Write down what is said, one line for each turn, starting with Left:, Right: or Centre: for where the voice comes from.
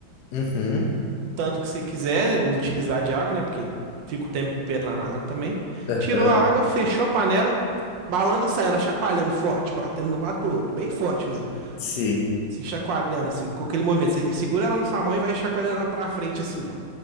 Left: uhum,
Right: o tanto que você quiser utilizar de água, né? Porque fica o tempero lá na água também.
Left: aham,
Right: Tirou a água, fechou a panela, balança ela, chacoalhando forte, batendo de um lado pro outro, bem forte mesmo.
Left: sim,
Right: Assim, chacoalhando, assim, com aquele movimento. Você segura ela na sua mão e vai chacoalhando ela pra frente, assim, ó.